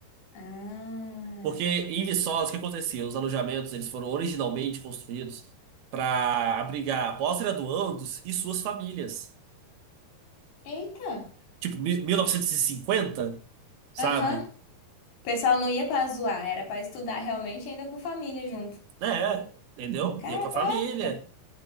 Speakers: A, on the left; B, on the right.
A: Ah.
B: Porque em Viçosa, o que acontecia? Os alojamentos eles foram originalmente construídos para abrigar pós-graduandos e suas famílias.
A: Eita.
B: Tipo, mi- 1950, sabe?
A: Aham. O pessoal não ia pra zoar, era pra estudar realmente, ainda com família junto.
B: É, entendeu?
A: Caraca.
B: Ia com a família.